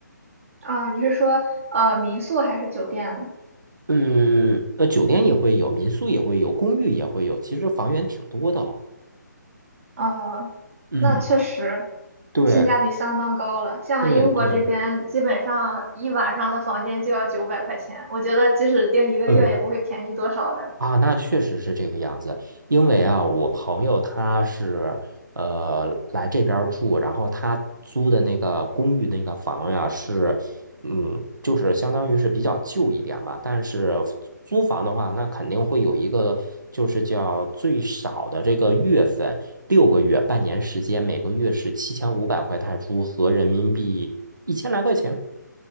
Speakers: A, on the right (about 45°); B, on the right (about 80°).
A: 啊，你是说呃民宿还是酒店呢？
B: 嗯，呃，酒店也会有，民宿也会有，公寓也会有，其实房源挺多的。
A: 啊，
B: 嗯，
A: 那确实
B: 对
A: 性价比相当高了。像英国这边，
B: 对对，
A: 基本上一晚上的房间就要九百块钱，我觉得即使订一个月也不会便宜多少的。
B: 嗯，啊，那确实是这个样子。因为啊，我朋友他是呃来这边儿住，然后他租的那个公寓那个房呀是，嗯，就是相当于是比较旧一点嘛。但是租房的话，那肯定会有一个就是叫最少的这个月份，六个月、半年时间，每个月是七千五百块泰铢，合人民币一千来块钱。